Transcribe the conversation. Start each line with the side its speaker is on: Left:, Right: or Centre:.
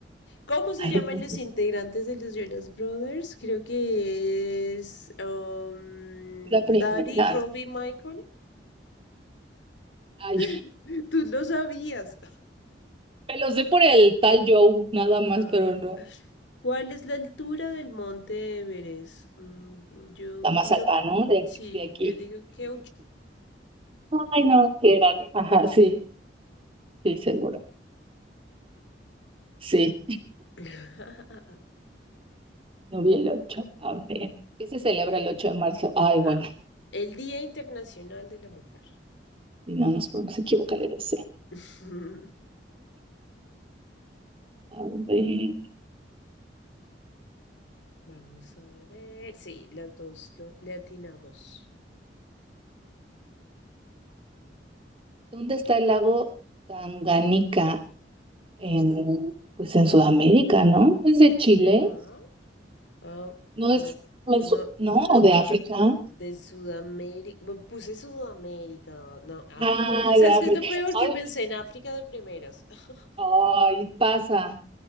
Left: ¿Cómo se
Right: ay,
Left: llaman
Right: es
Left: los integrantes de los Jonas Brothers? Creo que es um,
Right: la primera.
Left: Daddy, Robbie, Michael.
Right: Ay,
Left: <laughs> Tú lo sabías.
Right: me lo sé por el tal Joe, nada más,
Left: Ah,
Right: pero no.
Left: ¿cuál es la altura del monte Everest? Mm, yo
Right: La más
Left: digo,
Right: alta, ¿no? De,
Left: sí,
Right: de aquí.
Left: yo digo que
Right: Ay, no, sí, era- Ajá, sí, sí, seguro. Sí,
Left: 8.848. <laughs>
Right: no vi el ocho A ver. ¿Qué se celebra el 8 de marzo? Ay, bueno,
Left: Ah, el Día Internacional de la Mujer.
Right: y no nos podemos equivocar en ese.
Left: <laughs>
Right: A ver,
Left: Vamos a ver. Sí, las dos lo, le atinamos.
Right: ¿dónde está el lago Tanganica? En, pues en Sudamérica, ¿no? ¿Es de Chile?
Left: ¿Será? Ah,
Right: No
Left: no,
Right: es, me
Left: no,
Right: su- no,
Left: no,
Right: ¿o de África.
Left: de Sudamérica. bu- Puse Sudamérica, no, África.
Right: Ay,
Left: ¿Sabes
Right: de África.
Left: qué es lo peor? Que
Right: Ay,
Left: pensé en África de primeras. <laughs>
Right: ay, pasa.